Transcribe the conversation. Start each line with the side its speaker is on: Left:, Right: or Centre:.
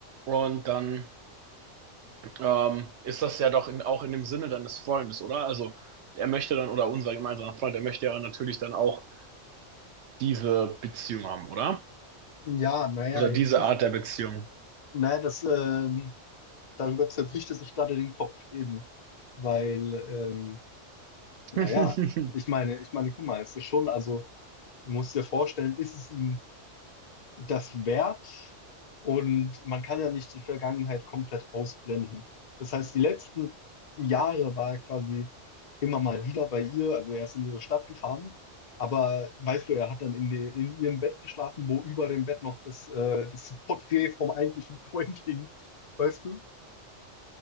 Right: Und dann ähm, ist das ja doch in, auch in dem Sinne deines Freundes, oder? Also er möchte dann, oder unser gemeinsamer Freund, er möchte ja natürlich dann auch diese Beziehung haben, oder?
Left: Ja, naja,
Right: Oder
Left: jetzt
Right: diese
Left: ist,
Right: Art der Beziehung.
Left: naja, das, ähm, darüber zerbricht es sich gerade den Kopf eben, weil, ähm, naja,
Right: <laughs>
Left: ich meine, ich meine, guck mal, es ist schon, also, du musst dir vorstellen, ist es ihm das währt und man kann ja nicht die Vergangenheit komplett ausblenden. Das heißt, die letzten Jahre war er quasi immer mal wieder bei ihr, also er ist in ihre Stadt gefahren, aber weißt du, er hat dann in, die, in ihrem Bett geschlafen, wo über dem Bett noch das, äh, das Porträt vom eigentlichen Freund hing, weißt du?